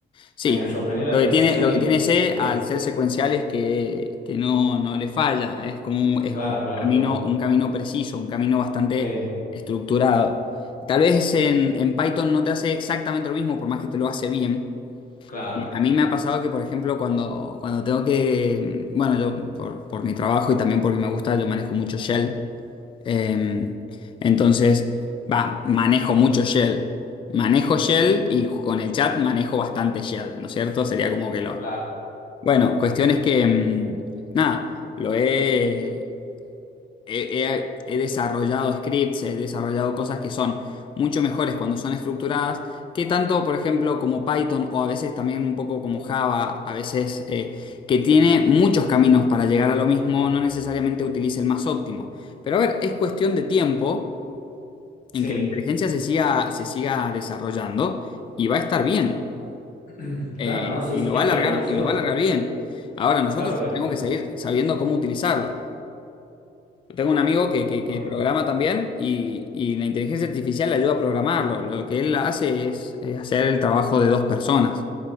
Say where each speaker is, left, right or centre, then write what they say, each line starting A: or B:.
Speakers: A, on the left (about 25°); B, on the left (about 45°).
A: Sí.
B: Me sorprendió la
A: Lo
B: precisión
A: que tiene, lo
B: y
A: que tiene C
B: la rapidez.
A: al ser secuencial es que, que no, no le falla. Es como un, es
B: Claro,
A: un
B: claro,
A: camino,
B: claro.
A: un camino preciso, un camino bastante
B: Sí,
A: estructurado. Tal vez en, en Python no te hace exactamente lo mismo, por más que te lo hace bien.
B: claro,
A: Eh, A mí me ha pasado que, por ejemplo, cuando, cuando tengo que, mm, bueno, yo por, por mi trabajo y también porque me gusta, yo manejo mucho Shell. Eh, entonces, va, manejo mucho Shell. Manejo Shell y con el chat manejo bastante Shell, ¿no es cierto? Sería como que lo...
B: claro.
A: Bueno, cuestión es que, mm, nada, lo he he, he- he desarrollado scripts, he desarrollado cosas que son mucho mejores cuando son estructuradas, que tanto, por ejemplo, como Python o a veces también un poco como Java, a veces eh, que tiene muchos caminos para llegar a lo mismo, no necesariamente utilice el más óptimo. Pero a ver, es cuestión de tiempo
B: Sí,
A: en que la inteligencia se siga, se siga desarrollando y va a estar bien,
B: <clears throat>
A: eh,
B: claro, no, sí,
A: y
B: sí,
A: lo
B: es
A: va a alargar,
B: que nació,
A: y lo va a alargar bien. Ahora, nosotros
B: claro, claro,
A: tenemos que seguir sabiendo cómo utilizarlo. Tengo un amigo que, que- que
B: obvio.
A: programa también y, y la inteligencia artificial le ayuda a programarlo. Lo que él hace es eh, hacer el trabajo de dos personas.